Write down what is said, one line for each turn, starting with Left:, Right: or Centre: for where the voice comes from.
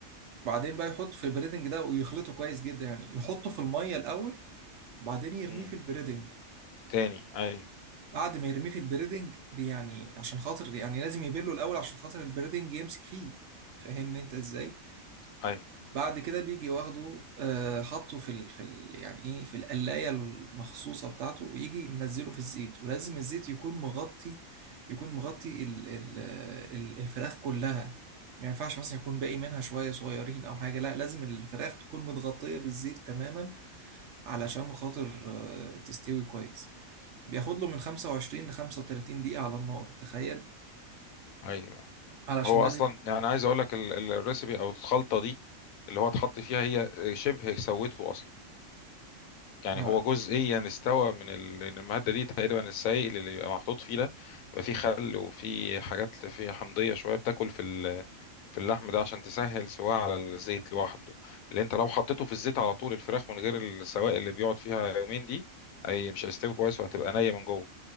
Right: بعدين بقى يحط في البريدنج ده ويخلطه كويس جدا يعني يحطه في الميه الاول وبعدين يرميه
Left: مم.
Right: في البريدنج
Left: تاني ايوه
Right: بعد ما يرميه في البريدنج بي- يعني عشان خاطر يعني لازم يبله الاول عشان خاطر البريدنج يمسك فيه فاهمني انت ازاي
Left: ايوه
Right: بعد كده بيجي واخده آه، حطه في ال... في ال... يعني ايه في القلايه المخصوصه بتاعته ويجي منزله في الزيت ولازم الزيت يكون مغطي يكون مغطي ال... ال... ال- الفراخ كلها ما ينفعش مثلا يكون باقي منها شويه صغيرين او حاجه لا لازم الفراخ تكون متغطيه بالزيت تماما علشان
Left: مم.
Right: خاطر آه، تستوي كويس بياخد له من 25 ل 35 دقيقه على النار تخيل
Left: ايوه
Right: علشان
Left: هو
Right: لازم
Left: اصلا يعني عايز اقول لك ال- ال- الريسبي او الخلطه دي اللي هو اتحط فيها هي شبه سوته اصلا يعني
Right: آه،
Left: هو جزئيا استوى من ال- لأن الماده دي تقريبا السائل اللي بيبقى محطوط فيه ده بيبقى فيه خل وفيه حاجات فيه حمضيه شويه بتاكل في ال- في اللحم ده عشان تسهل سواه على الزيت لوحده اللي انت لو حطيته في الزيت على طول الفراخ من غير السوائل اللي بيقعد فيها يومين دي اي مش هيستوي كويس وهتبقى نيه من جوه